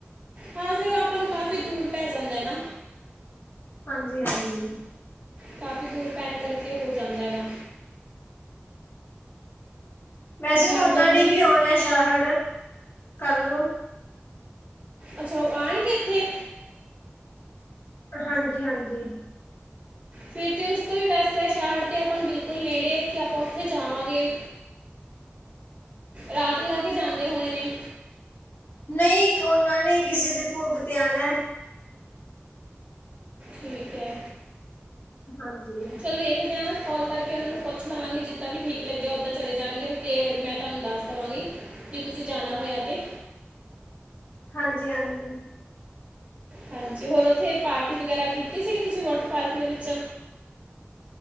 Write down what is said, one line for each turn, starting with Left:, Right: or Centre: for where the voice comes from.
Right: ਹਾਂ ਫਿਰ ਔ ਆਪਾਂ ਨੂੰ ਕਾਫ਼ੀ ਦੂਰ ਪੈ ਜਾਂਦਾ ਐ ਨਾ।
Left: ਹਾਂਜੀ -ਹਾਂਜੀ।
Right: ਕਾਫ਼ੀ ਦੂਰ ਪੈਣ ਕਰਕੇ ਹੋ ਜਾਂਦਾ ਹੈਗਾ।
Left: ਵੈਸੇ ਤਾਂ
Right: ਆਉਣ
Left: ਉਹਨਾਂ
Right: ਜਾਣ
Left: ਨੇ
Right: ਦੇ ਵਿੱਚ
Left: ਵੀ ਆਉਣਾ ਛਾਹੜ, ਕੱਲ ਨੂੰ।
Right: ਅੱਛਾ ਉਹ ਆਣਗੇਂ ਇੱਥੇ।
Left: ਹਾਂਜੀ, ਹਾਂਜੀ।
Right: ਫਿਰ ਤਾਂ ਉਸ ਤੋਂ ਵੀ ਬੈਸਟ ਹੈ ਸ਼ਹਿਰ 'ਤੇ ਆਪਾਂ ਨੂੰ ਬਿਲਕੁਲ ਨੇੜੇ ਕਿ ਆਪਾਂ ਉੱਥੇ ਜਾਵਾਂਗੇ। ਰਾਤ ਲਗਾ ਕੇ ਜਾਂਦੇ ਹੋਣੇ ਨੇ।
Left: ਨਹੀਂ ਉਹਨਾਂ ਨੇ ਕਿਸੇ ਦੇ ਭੋਗ ਤੇ ਆਣਾ ਏ।
Right: ਠੀਕ ਏ।
Left: ਹਾਂਜੀ।
Right: ਚਲੋ ਵੇਖਦੇ ਹਾਂ ਕੋਲ ਕਰਕੇ ਉਹਨਾਂ ਨੂੰ ਪੁੱਛ ਲਵਾਂਗੇ ਜਿੱਦਾਂ ਵੀ ਠੀਕ ਲੱਗਿਆ ਉੱਦਾਂ ਚਲੇ ਜਾਣਗੇ। ਅਤੇ ਮੈਂ ਤੁਹਾਨੂੰ ਦੱਸ ਦੇਵਾਂਗੀ ਕਿ ਤੁਸੀਂ ਜਾਣਾ ਹੋਇਆ ਤੇ
Left: ਹਾਂਜੀ, ਹਾਂਜੀ।
Right: ਹਾਂਜੀ ਹੋਰ ਉੱਥੇ ਪਾਰਟੀ ਵਗੈਰਾ ਕੀਤੀ ਸੀਗੀ ਤੁਸੀਂ ਵਾਟਰ ਪਾਰਕ ਦੇ ਵਿੱਚ।